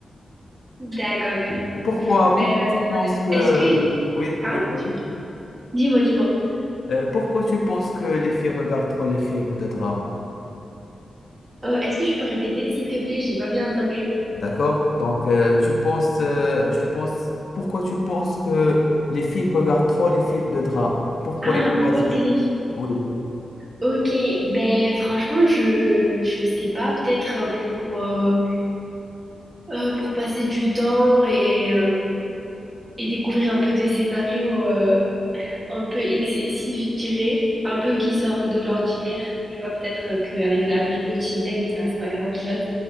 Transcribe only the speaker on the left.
Pourquoi,
pourquoi tu penses que...
Oui,
oui, vas-y.
Euh, pourquoi tu penses que les filles regardent trop les films de drame?
D'accord? Donc, euh, tu penses, euh, tu penses, pourquoi tu penses que les filles regardent trop les films de drame? Pourquoi
ils
choisissent?
Oui,